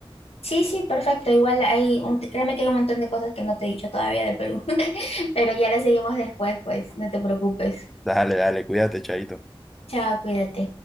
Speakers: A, on the left (about 80°); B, in the centre.
A: Sí, sí, perfecto. Igual hay, un- créeme que hay un montón de cosas que no te he dicho todavía del Perú, <laughs> pero ya las seguimos después, pues, no te preocupes.
B: Dale, dale, cuídate, chaito.
A: Chao, cuídate.